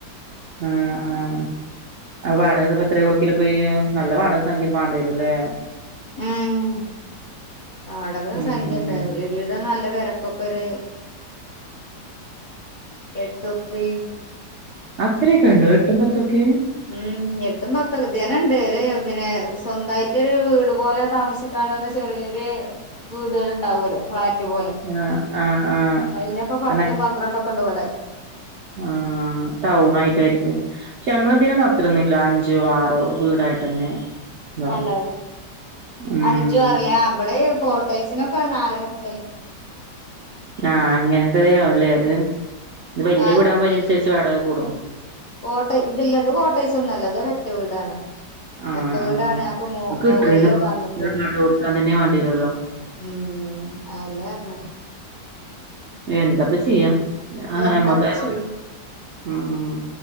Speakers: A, on the right; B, on the left.
A: ആഹ് ആഹ് അപ്പൊ വാടകക്ക്പ്പോ എത്ര കൊടുക്കല് ഇപ്പൊ ഇയ്യ് നല്ല വാടക സംഖ്യ രും മാണ്ടി വരും ല്ലേ
B: ഉം വാടക
A: ഉം
B: സംഖ്യണ്ട്
A: ഉം
B: ഒരു ഒരു വിധം നല്ല പെരക്കൊക്കെ ഒരു എട്ടുർപ്പി
A: അത്രയൊക്കെ ഉണ്ടോ എട്ടും പത്തൊക്കെ
B: ഉം എട്ടും പത്തൊക്കെ ഇതന്നെണ്ട് ഒരു സ്വന്തായിട്ട് ഒരു വീട് പോലെ താമസിക്ക കാണൊരു ചെറിയൊര് വീടുകൾ ഉണ്ടാവൊല്ലോ ഫ്ലാറ്റ് പോലെ
A: ആഹ് ആഹ്
B: അയിനൊക്കെ പത്തും
A: ആഹ്
B: പന്ത്രണ്ടും ഒക്കെ ഉണ്ട് വെടെ
A: ആഹ് ടൗണായിട്ടായിരിക്കും പക്ഷെ ഞങ്ങളിതിലാണ്ട് അ ത്രന്നുല്ല അഞ്ചോ ആറോ വീടായിട്ടന്നെ ഇണ്ടാവും
B: നല്ലല്ലേ
A: ഉം
B: അഞ്ചു ആറ്ല്ലേ ആഹ് ബടെ ഈ കോട്ടേഴ്സിനൊക്കെ നാലര മുതൽ <inaudible>
A: ആഹ് അങ്ങനത്തെതെയല്ലേ ഇത് ഇത് വല്ല്യ
B: ആ
A: വീടാവുമ്പോ അയിനനുസരിച്ച് വാടക കൂടും
B: കോട്ട് ത് ഇല്ലത് കോട്ടയ്സൊന്നും അല്ല ഇത് ഒരറ്റ വീടാണ്
A: ആഹ്
B: ഒറ്റ വീടാണ്
A: ആഹ്
B: അപ്പം മോ
A: നമുക്ക്
B: മൊകൾല്
A: കിട്ടണീന്ന് വാടക
B: തന്നക്കാണ്
A: കൊടുക്കാൻ തന്നെ വേണ്ടി വരുവല്ലോ
B: ഉം അതന്നെ പർഞ്ഞേ
A: എന്താപ്പ ചെയ്യാ ആഹ്
B: എന്താപ്പ
A: നമ്മക്കയ്
B: ചെയ്യും
A: ഉം